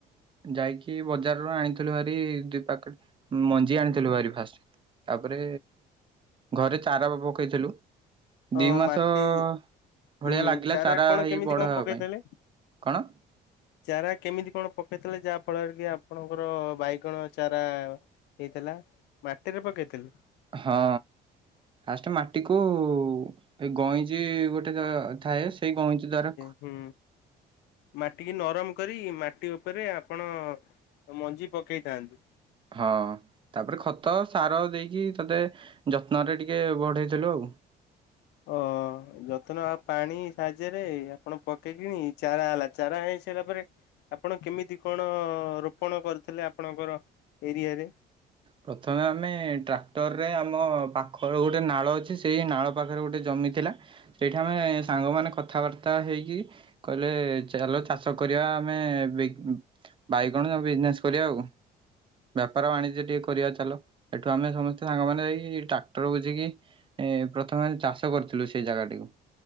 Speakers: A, on the right; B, on the left.
A: ଯାଇକି ବଜାରରୁ ଆଣିଥିଲୁ ହାରି ଦୁଇ ପ୍ୟାକେଟ ମଞ୍ଜି ଆଣିଥିଲୁ ଭାରି ଫାଷ୍ଟ ତାପରେ ଘରେ ଚାରା ବି ପକେଇଥିଲୁ।
B: ଅ
A: ଦି ମାସ
B: ମାଟି
A: ଅ ଭଳିଆ
B: ଉଁ
A: ଲାଗିଲା ଚାରା
B: କଣ
A: ହେଇ
B: କେମିତି
A: ବଡ଼
B: କଣ
A: ହେବା
B: ପକେଇଥିଲେ?
A: ପାଇଁ କଣ?
B: ଚାରା କେମିତି କଣ ପକେଇଥିଲେ ଯାହା ଆପଣ କି ଆପଣଙ୍କର ବାଇଗଣ ଚାରା ହେଇଥିଲା ମାଟିରେ ପକେଇଥିଲେ?
A: ହଁ ଫାଷ୍ଟ ମାଟିକୁ ଏ ଗଇଁଚି ଗୋଟେ ଗ ଥାଏ ସେଇ କଇଂଚି ଦ୍ୱାରା
B: ହୁଁ। ମାଟିିକି ନରମ କରିକି ମାଟି ଉପରେ ଆପଣ ମଞ୍ଜି ପକେଇଥାନ୍ତୁ।
A: ହଁ ତାପରେ ଖତ ସାର ଦେଇକି ତତେ ଯତ୍ନରେ ଟିକେ ବଢେଇଥିଲୁ ଆଉ।
B: ଅ ଯତ୍ନ ଆଉ ପାଣି ସାହାଯ୍ୟରେ ଆପଣ ପକେଇକିିନି ଚାରା ହେଲା ଚାରା ହେଇ ସାରିଲା ପରେ ଆପଣ କେମିତି କଣ ରୋପଣ କରିଥିଲେ ଆପଣଙ୍କର ଏରିଆରେ?
A: ପ୍ରଥମେ ଆମେ ଟ୍ରାକ୍ଟରରେ ଆମ ପାଖର ଗୋଟେ ନାଳ ଅଛି ସେଇ ନାଳ ପାଖରେ ଗୋଟେ ଜମି ଥିଲା। ସେଇଠି ଆମେ ସାଙ୍ଗମାନେ କଥାବାର୍ତ୍ତା ହେଇକି କହିଲେ ଚାଲ ଚାଷ କରିବା ଆମେ <unintelligible> ବାଇଗଣ ବିଜନେସ କରିବା ଆଉ ବେପାର ବାଣିଜ୍ୟ ଟିକେ କରିବା ଚାଲ ଏଠୁ ଆମେ ସମସ୍ତେ ସାଙ୍ଗ ମାନେ ଯାଇକ ଟ୍ରାକ୍ଟର ବୁଝିକି ଏଁ ପ୍ରଥମେ ଚାଷ କରିଥିଲୁ ସେ ଜାଗାଟିକୁ